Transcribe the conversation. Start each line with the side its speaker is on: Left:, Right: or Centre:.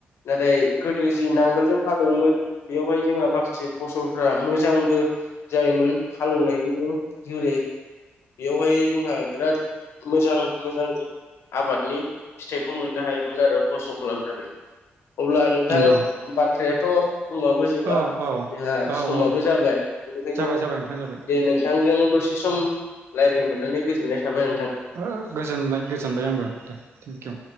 Left: गोदो जि नांगोलजों हालौवोमोन बेयावहाय जोंहा माखासे फसलफ्रा मोजांबो जायोमोन हालौवनायनि जुरै बेयावहाय जोंहा बिराद मोजां मोजां जों आबादनि फिथाइखौ मोननो हायोमोन आरो खस्थ' खालामनानै। अब्ला नोंथां
Right: नंगौ
Left: बाथ्राया थ' बुंबाबो जोबा
Right: औ औ
Left: जोंहा
Right: औ
Left: समाबो
Right: औ
Left: जाबाय बेनिखायनो
Right: जाबाय जाबाय नोंथां जाबाय
Left: दे नोंथांजों दसे सम रायलायनो मोननानै गोजोननाय थाबाय नोंथां
Right: ओ गोजोनबाय गोजोनबाय आंबो दे थेंकिउ